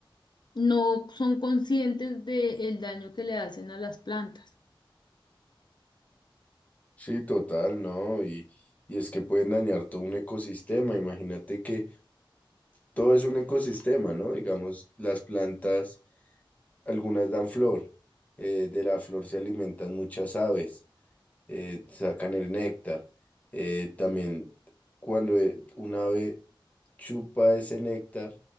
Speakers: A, on the left; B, on the left.
A: no son conscientes del daño que le hacen a las plantas.
B: Sí, total, ¿no? Y, y es que pueden dañar todo un ecosistema. Imagínate que todo es un ecosistema, ¿no? Digamos, las plantas, algunas dan flor, eh, de la flor se alimentan muchas aves, eh, sacan el néctar. eh, también cuando eh, un ave chupa ese néctar